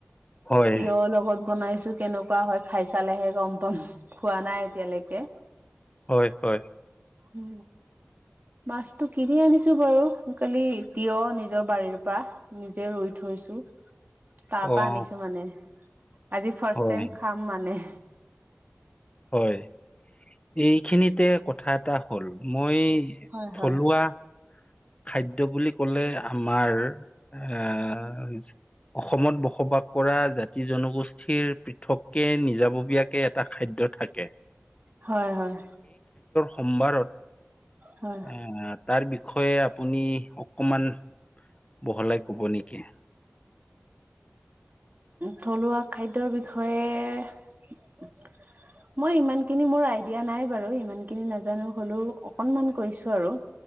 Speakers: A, on the left; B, on the right.
A: হয়,
B: তিয়ৰ লগত বনাইছো কেনেকুৱা হয় খাই চালেহে গম পাম খোৱা নাই এতিয়ালৈকে।
A: হয় হয়।
B: উ মাছতটো কিনি আনিছো বাৰু কালি তিয়হ নিজৰ বাৰীৰ পৰা। নিজে ৰুই থৈছো তাৰ
A: অ',
B: পৰা আনিছো মানে আজি ফাৰ্ষ্ট
A: হয়,
B: টাইম খাম মানে।
A: হয়। এইখিনিতে কথা এটা হ'ল মই
B: হয়
A: থলুৱা
B: হয়
A: খাদ্য বুলি ক'লে আমাৰ এ অসমত বসবাস কৰা জাতি জনগোষ্ঠীৰ পৃথককে নিজাববীয়াকে এটা খাদ্য থাকে
B: হয় হয়
A: সোমবাৰত
B: হয়
A: আহ তাৰ বিষয়ে আপুনি অকমান বহলাই কব নেকি
B: থলুৱা খাদ্যৰ বিষয়ে মই ইমানখিনি মোৰ আইডিয়া নাই বাৰু ইমানখিনি নাজানো হলেও অকনমান কৈছো আৰু